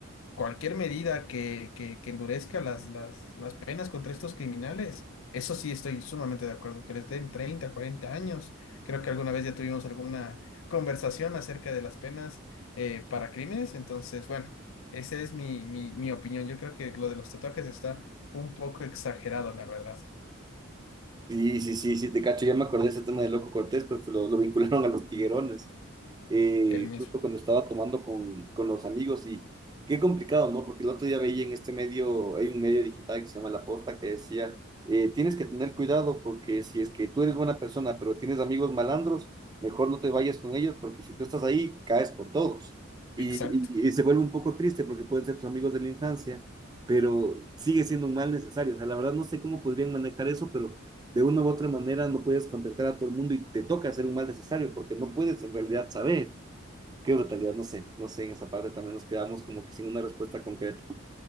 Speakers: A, on the left; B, on the right.
A: cualquier medida que, que, que endurezca las, las, las penas contra estos criminales, eso sí estoy sumamente de acuerdo, que les den 30, 40 años. Creo que alguna vez ya tuvimos alguna conversación acerca de las penas eh, para crímenes, entonces, bueno, esa es mi, mi, mi opinión. Yo creo que lo de los tatuajes está un poco exagerado, la verdad,
B: Sí, sí, sí, sí, te cacho. Ya me acordé de ese tema de Loco Cortés, pues lo, lo vincularon a los tiguerones, eh,
A: el mismo.
B: justo cuando estaba tomando con, con los amigos y qué complicado, ¿no? Porque el otro día veía en este medio, hay un medio digital que se llama La Posta que decía, eh, tienes que tener cuidado porque si es que tú eres buena persona, pero tienes amigos malandros, mejor no te vayas con ellos porque si tú estás ahí, caes con todos. Y,
A: Exacto.
B: y, y se vuelve un poco triste porque pueden ser tus amigos de la infancia, pero sigue siendo un mal necesario. O sea, la verdad no sé cómo podrían manejar eso, pero de una u otra manera no puedes contentar a todo el mundo y te toca hacer un mal necesario porque no puedes en realidad saber qué brutalidad, no sé, no sé, en esa parte también nos quedamos como que sin una respuesta concreta.